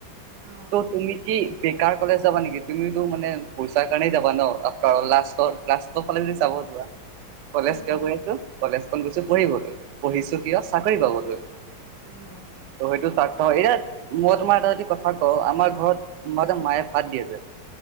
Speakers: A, on the right; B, on the right.
A: অ
B: ত তুমি কি বেকাৰ কলেজ যাবা নেকি তুমিটো মানে পইচাৰ কাৰণেই যাবা ন আফটাৰ লাষ্টৰ লাষ্টৰ ফালে যদি চাব কলেজ
A: উম
B: কিয়
A: উম
B: কৰি আছো কলেজখন গৈছো পঢ়িবলৈ। পঢ়িছো কিয় চাকৰি পাবলৈ।
A: অঁ
B: হয়টো স্বাৰ্থ হয় এতিয়া মই তোমাৰ এটা যদি কথা কওঁ আমাৰ ঘৰত ম যে মায়ে ভাত দিয়ে যে